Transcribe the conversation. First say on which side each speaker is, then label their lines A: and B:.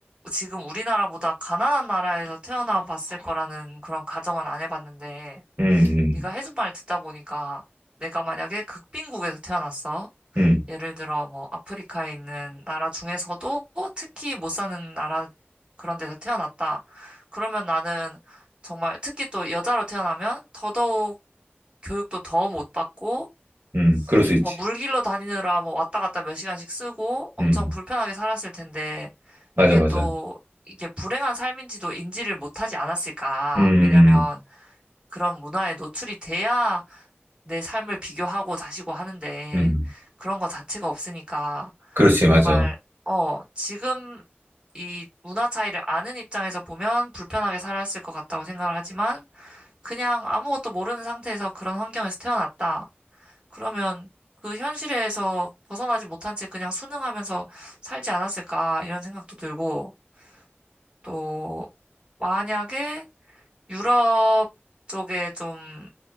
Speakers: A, on the right; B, on the right.
A: 지금 우리나라보다 가난한 나라에서 태어나 봤을 거라는 그런 가정은 안 해봤는데,
B: 음, 음,
A: 네가 해준 말 듣다 보니까 내가 만약에 극빈국에서 태어났어.
B: 음,
A: 예를 들어 뭐 아프리카에 있는 나라 중에서도 특히 못 사는 나라 그런 데서 태어났다. 그러면 나는 정말 특히 또 여자로 태어나면 더더욱 교육도 더 못 받고
B: 음, 그럴 수 있지.
A: 뭐 물길로 다니느라 뭐 왔다 갔다 몇 시간씩 쓰고 엄청
B: 음,
A: 불편하게 살았을 텐데
B: 맞아,
A: 그게
B: 맞아.
A: 또 이게 불행한 삶인지도 인지를 못하지 않았을까?
B: 음.
A: 왜냐면 그런 문화에 노출이 돼야 내 삶을 비교하고 다시고 하는데
B: 음,
A: 그런 거 자체가 없으니까
B: 그렇지, 맞아.
A: 정말 어 지금 이 문화 차이를 아는 입장에서 보면 불편하게 살았을 것 같다고 생각을 하지만 그냥 아무것도 모르는 상태에서 그런 환경에서 태어났다. 그러면 그 현실에서 벗어나지 못한 채 그냥 순응하면서 살지 않았을까 이런 생각도 들고 또 만약에 유럽 쪽에 좀